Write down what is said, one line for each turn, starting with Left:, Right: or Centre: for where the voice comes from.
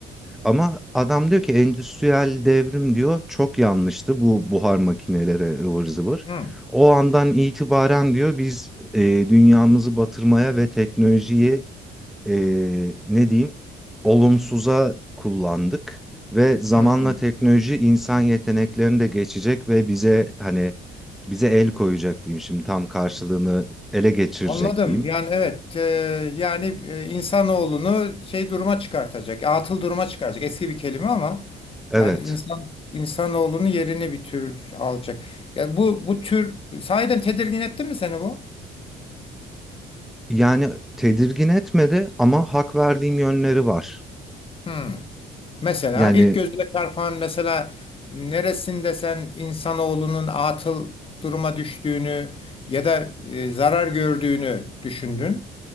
Centre: Ama adam diyor ki endüstriyel devrim diyor çok yanlıştı bu buhar makineleri ıvır zıvır.
Left: hı,
Centre: O andan itibaren diyor biz e, dünyamızı batırmaya ve teknolojiyi e, ne diyeyim olumsuza kullandık. Ve zamanla
Left: hı.
Centre: teknoloji insan yeteneklerini de geçecek ve bize hani bize el koyacak diyeyim şimdi tam karşılığını ele geçirecek
Left: Anladım.
Centre: diyeyim.
Left: Yani evet, e, yani e, insanoğlunu şey duruma çıkartacak, atıl duruma çıkaracak. Eski bir kelime ama
Centre: Evet
Left: yani insan insanoğlunun yerini bir tür alacak. Yani bu bu tür sahiden tedirgin etti mi seni bu?
Centre: yani tedirgin etmedi ama hak verdiğim yönleri var.
Left: Hmm. Mesela
Centre: Yani
Left: ilk gözüne çarpan mesela neresinde sen insanoğlunun atıl duruma düştüğünü ya da e, zarar gördüğünü düşündün?